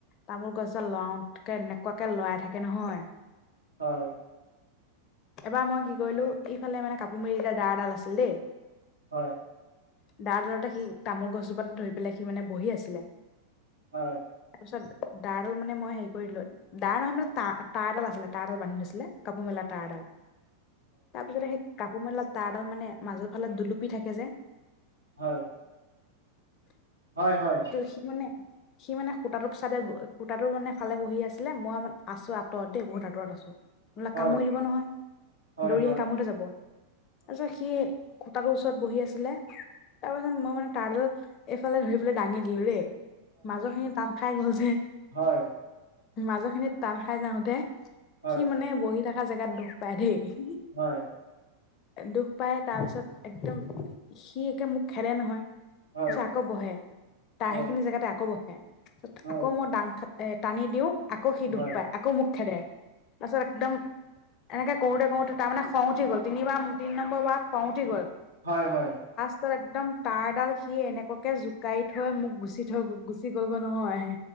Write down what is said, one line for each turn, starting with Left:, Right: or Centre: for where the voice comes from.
Left: তামোল গছডাল লৰাওতকে এনেকুৱাকে লৰাই থাকে নহয়
Right: হয়।
Left: এবাৰ মই কি কৰিলো, এইফালে মানে কাপোৰ মেলি দিয়া ডাৰ ডাল আছিল দেই
Right: হয়।
Left: <unintelligible> সি তামোল গছজোপাতে ধৰি পেলাই সি মানে বহি আছিলে।
Right: হয়।
Left: পিছত ডাৰ ডাল মানে মই হেৰি কৰি দিলোঁ। ডাৰ নহয় মানে তা - তাৰ এডাল আছিলে, তাৰডালত বান্ধি থৈছিলে, কাপোৰ মেলা তাৰ এডাল। <unintelligible> কাপোৰ মেলা তাৰডাল মানে মাজৰ ফালে দুলুপি থাকে যে।
Right: হয়।
Left: <unintelligible>
Right: হয়, হয়, হয়,
Left: সি মানে সি মানে সূতাটোক চাদে <unintelligible> সূতাটো মানে ফালে বহি আছিলে, মই মানে আছো আঁতৰত দেই বহুত আঁতৰত আছো। <unintelligible>
Right: হয়,
Left: কামুৰি দিব নহয়,
Right: হয়,
Left: দৌৰি আহে <unintelligible> যাব। তাৰ পিছত সি খুটাটোৰ ওচৰত বহি আছিলে, <unintelligible> <unintelligible> মই মানে তাৰডাল এইফালে লৈ পেলাই দাঙি দিলো ৰে মাজৰ খিনি টান খাই গ'ল যে
Right: হয়।
Left: মাজৰ খিনিত টান খাই যাওঁতে
Right: হয়, হয়, হয়, হয়, হয়, হয়, হয়,
Left: সি
Right: হয়, হয়,
Left: মানে বহি থাকা জেগাত দুখ পায় দেই।
Right: হয়।
Left: দুখ পাই তাৰপিছত একদম সি একে মোক খেদে নহয়।
Right: হয়,
Left: পিছে আকৌ বহে, তাৰ
Right: হয়,
Left: সেইখিনি জেগাতে আকৌ বহে।
Right: হয়,
Left: আকৌ মই ডাং <unintelligible> এ টানি দিওঁ। আকৌ সি দুখ
Right: হয়,
Left: পায়, আকৌ মোক খেদে তাৰপাছত একদম এনেকে কৰোঁতে কৰোঁতে তাৰমানে খং উঠি গ'ল। তিনিবাৰ তিনি নম্বৰ বাৰত খং উঠি গ'ল।
Right: হয়-হয়।
Left: তাৰপিছত একদম তাঁৰ ডাল সি এনেকুৱাকে জোকাৰি থৈ মোক গুচি থৈ গুচি গ'লগৈ নহয়।